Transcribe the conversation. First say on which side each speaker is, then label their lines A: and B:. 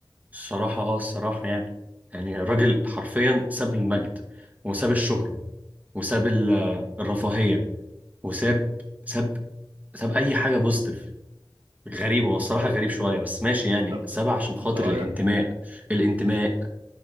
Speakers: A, on the right; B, on the right.
A: الصراحة اه الصراحة يعني يعني الراجل حرفيا ساب المجد وساب الشهرة وساب ال- الرفاهية وساب ساب ساب أي حاجة بوزيتيف غريب هو الصراحة غريب شوية بس ماشي يعني
B: طب
A: ساب عشان خاطر
B: أنت رأيك
A: الانتماء الانتماء